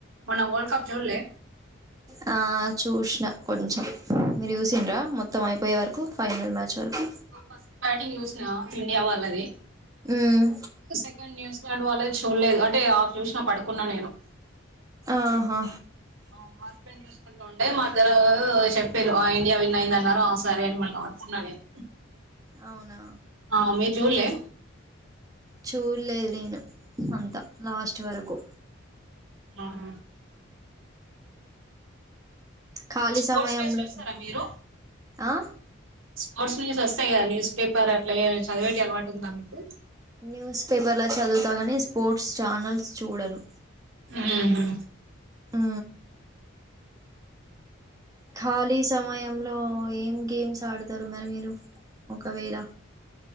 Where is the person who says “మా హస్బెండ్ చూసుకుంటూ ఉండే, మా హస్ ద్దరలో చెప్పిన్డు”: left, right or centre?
Right